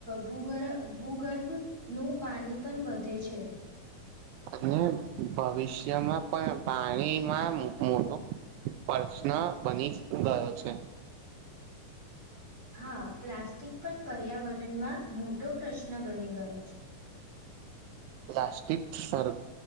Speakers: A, on the right; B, on the right.
A: ભૂગર્ ભૂગર્ભનું પાણી પણ વધે છે.
B: અને ભવિષ્યમાં પણ પાણીમાં મોટું પ્રશ્ન બની ગયો છે
A: હા. પ્લાસ્ટિક પણ પર્યાવરણમાં મોટો પ્રશ્ન બની ગયો છે.
B: પ્લાસ્ટિક સર